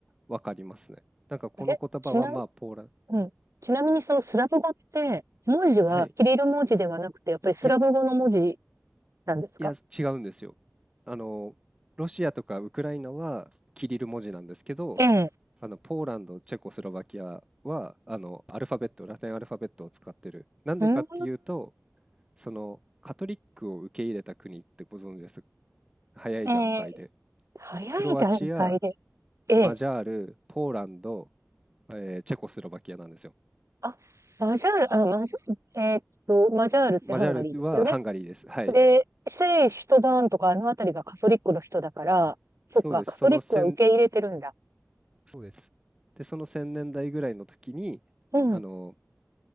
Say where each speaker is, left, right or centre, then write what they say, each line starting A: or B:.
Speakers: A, on the right; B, on the right.
A: 分かりますね。なんかこの言葉はまあポーラン、
B: え、ちな、うん。ちなみにそのスラブ語って、文字はキリル文字ではなくて、
A: はい。
B: やっぱりスラブ語の文字
A: いや、
B: なんですか
A: いや、違うんですよ。あの、ロシアとかウクライナはキリル文字なんですけど、
B: ええ。
A: あの、ポーランド、チェコスロバキアは、あの、アルファベット、ラテンアルファベットを使ってる。なんでかっていうと、
B: うーん。
A: その、カトリックを受け入れた国ってご存知ですか早い段階で。
B: ええ、早い段階で。
A: クロアチア、
B: ええ。
A: マジャール、ポーランド、えーチェコスロバキアなんですよ。
B: あ、マジャール、あ、マジャール、えーっと、マジャールってハンガリーですよね。
A: マジャールはハンガリーです。はい。
B: で、聖シュトバーンとかあの辺りがカソリックの人だから、そっか、
A: そうです。
B: カソリックは受け入れてるんだ。
A: その1そうです。で、その1000年代ぐらいの時に、
B: うん。
A: あの